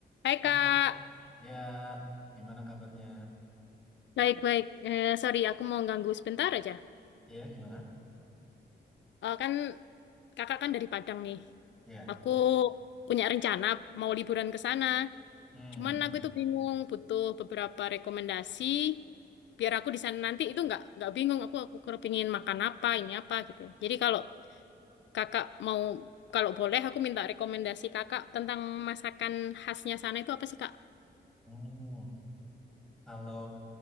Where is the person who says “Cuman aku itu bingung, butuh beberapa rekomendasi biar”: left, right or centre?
Left